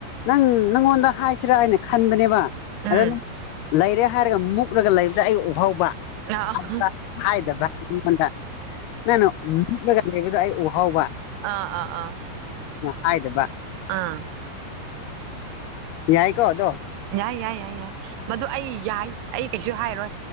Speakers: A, on the left; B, on the right.
A: ꯅꯪ ꯅꯪꯉꯣꯟꯗ ꯍꯥꯏꯁꯤꯔꯥ ꯑꯩꯅ ꯈꯟꯕꯅꯦꯕ꯫
B: ꯎꯝ
A: ꯑꯗꯨꯗ ꯂꯩꯔꯦ ꯍꯥꯏꯔꯒ ꯃꯨꯛꯂꯒ ꯂꯩꯕꯗ ꯑꯩ ꯎꯍꯥꯎꯕ꯫
B: ꯑꯥ ꯑꯥ
A: ꯑꯗꯨꯗ ꯍꯥꯏꯗꯕ ꯅꯪꯉꯣꯟꯗ ꯅꯪꯅ꯫ ꯃꯨꯛꯂꯒ ꯂꯩꯕꯗꯣ ꯑꯩ ꯎꯍꯥꯎꯕ꯫
B: ꯑꯥ ꯑꯥ ꯑꯥ꯫
A: ꯍꯥꯏꯗꯕ꯫
B: ꯑꯥ꯫
A: ꯌꯥꯏꯀꯣ ꯗꯣ꯫
B: ꯌꯥꯏ ꯌꯥꯏ ꯌꯥꯏ ꯌꯥꯏ ꯃꯗꯨ ꯑꯩ ꯌꯥꯏ ꯑꯩ ꯀꯩꯁꯨ ꯍꯥꯏꯔꯣꯏ